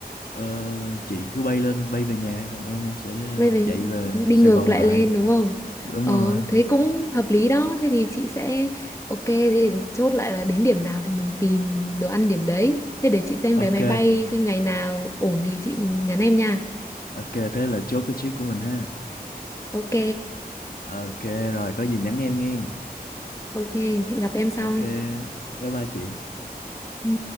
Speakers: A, on the left; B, on the left.
A: ờ, chị cứ bay lên bay về nhà còn em em sẽ ờ,
B: vậy phải
A: chạy về
B: đi
A: Sài
B: ngược
A: Gòn
B: lại
A: lại
B: lên đúng không
A: đúng
B: ờ
A: rồi
B: thế cũng hợp lý đó thế thì chị sẽ ok thế thì chốt lại là đến điểm nào thì mình tìm đồ ăn điểm đấy thế để chị xem
A: ok
B: vé máy bay xem ngày nào ổn thì chị nhắn em nha
A: ok thế là chốt cái trip của mình ha
B: ok
A: ok rồi có gì nhắn em nghe
B: ok hẹn gặp em sau
A: ok bye bye chị
B: ừ.